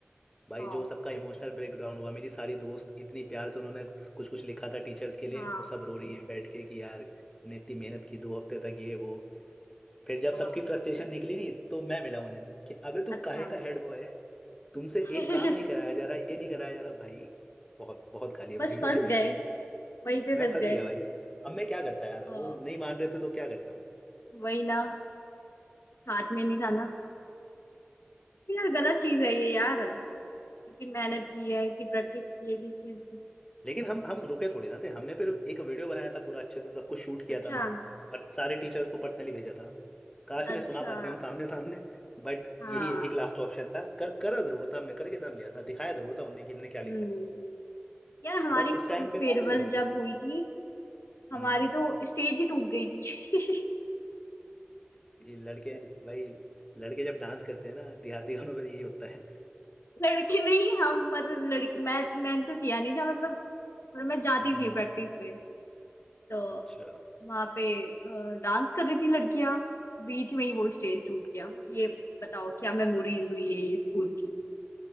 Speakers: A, on the left; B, on the left.
A: भाई
B: हाँ
A: जो सबका इमोशनल ब्रेकडाउन हुआ मेरी सारी दोस्त इतनी प्यार से उन्होंने कुछ कुछ लिखा था टीचर्स के लिए
B: हाँ
A: वो सब रो रही हैं बैठ के कि यार हमने इतनी मेहनत की दो हफ्ते तक ये वो फिर जब
B: हाँ
A: सबकी फ्रस्ट्रेशन निकली नहीं तो मैं मिला उन्हें कि अबे तू
B: अच्छा
A: काहे का हेड बॉय है तुमसे
B: <laughs>
A: एक काम नहीं कराया जा रहा ये नहीं कराया जा रहा भाई बहुत बहुत गालियाँ
B: बस
A: पड़ी मुझे
B: फंस
A: भाई
B: गए वहीं पे
A: मैं
B: फंस
A: फंस
B: गए
A: गया भाई अब मैं क्या करता यार
B: अ,
A: वो नहीं मान रहे थे तो क्या करता
B: वही ना हाथ में नहीं था ना यार गलत चीज है ये यार इतनी मेहनत की है इतनी प्रैक्टिस की है इतनी चीज की
A: लेकिन हम हम रुके थोड़ी ना थे हमने फिर एक वीडियो बनाया था पूरा अच्छे से सब कुछ शूट किया
B: अच्छा
A: था हमने और सारे टीचर्स को पर्सनली भेजा था काश उन्हें
B: अच्छा
A: सुना पाते हम सामने सामने बट
B: हाँ
A: यही एक लास्ट ऑप्शन था कर करा जरूर था हमने करके दम लिया था दिखाया जरूर था उन्हें कि हमने क्या लिखा
B: हम्म
A: है
B: यार हमारी
A: बट उस टाइम पे
B: फेयरवेल
A: बात अलग होती
B: जब हुई थी हमारी
A: हम्म
B: तो स्टेज ही टूट गई थी <laughs>
A: ये लड़के भाई लड़के जब डांस करते हैं ना देहाती गानों पे यही होता है
B: लड़की नहीं हम मतलब लड़की मैं मैंने तो किया नहीं था मतलब पर मैं जाती
A: हम्म
B: थी प्रैक्टिस पे तो
A: अच्छा
B: वहां पे डांस कर रही थी लड़कियां बीच में ही वो स्टेज टूट गया ये बताओ क्या मेमोरीज हुई है ये स्कूल की